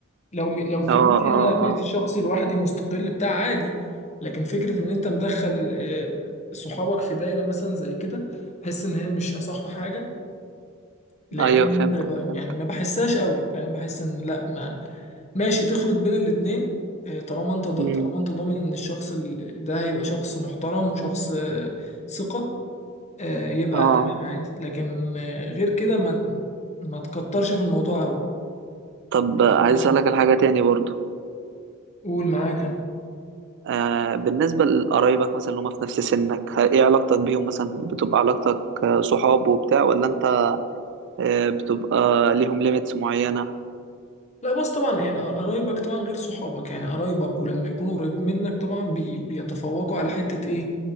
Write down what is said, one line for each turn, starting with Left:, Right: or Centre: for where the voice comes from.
Left: لو م- لو في
Right: اه
Left: بيتي
Right: اه
Left: انا بيتي
Right: اه
Left: الشخصي لوحدي مستقل بتاع عادي لكن فكره ان انت مدخل آه، صحابك في دايره مثلا زي كده بحس ان هي مش اصح حاجه لان
Right: ايوه فهمتك
Left: انت بقى
Right: فهمتك
Left: يعني ما بحسهاش قوي فاهم بحس ان لا ما ماشي تخلط بين الاتنين آه، طالما انت ض-
Right: مم.
Left: طالما انت ضامن ان الشخص ال- ده هيبقى شخص محترم وشخص آه، ثقة آه، يبقى
Right: اه
Left: تمام عادي لكن آه، غير كده ما ما تكترش في الموضوع قوي
Right: طب عايز
Left: ده وجهة
Right: اسالك
Left: نظري.
Right: على حاجه تاني برضو
Left: قول معاك انا
Right: آه بالنسبة لقرايبك مثلا اللي هم في نفس سنك ه- ايه علاقتك بيهم مثلا بتبقى علاقتك آه، صحاب وبتاع ولا انت آه بتبقى ليهم ليميتس معينة
Left: لا بس طبعا يعني قرايبك طبعا غير صحابك يعني قرايبك ولما يكونوا قريبين منك طبعا بي بيتفوقوا على حتة ايه